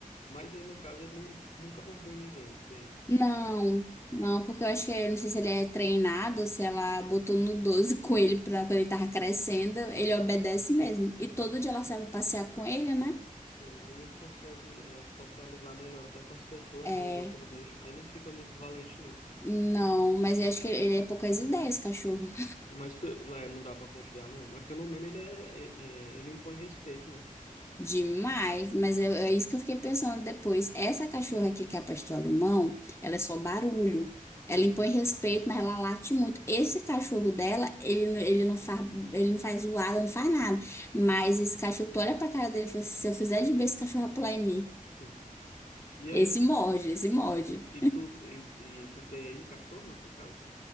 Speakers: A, on the left (about 75°); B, on the left (about 20°).
A: Mas aí no caso ele nunca mordeu ninguém, esse aí.
B: Não, não, porque eu acho que, eu não sei se ele é treinado, se ela botou no 12 <laughs> com ele pra quando ele tava crescendo, ele obedece mesmo. E todo dia ela serve passear com ele, né?
A: Sim, aí ele consegue é, socializar melhor até com as pessoas,
B: É,
A: né? Os outros bichos. Aí não fica muito valente, não.
B: não, mas eu acho que ele é poucas ideias, cachorro. <laughs>
A: Mas pe- né, não dá para confiar, não. Mas pelo menos ele, é, é- é- ele impõe respeito, né?
B: Demais, mas é, é isso que eu fiquei pensando depois. Essa cachorra aqui que é a pastor alemão, ela é só barulho.
A: Uhum.
B: Ela impõe respeito, mas ela late muito. Esse cachorro dela, ele, não- ele não faz, ele não faz zoada, não faz nada. Mas esse cachorro, tu olha pra cara dele e fala assim, se eu fizer de bem, esse cachorro vai pular em mim.
A: <laughs> E aí,
B: Esse morde, esse morde.
A: e tu, e, e tu tem aí cachorro na tua casa?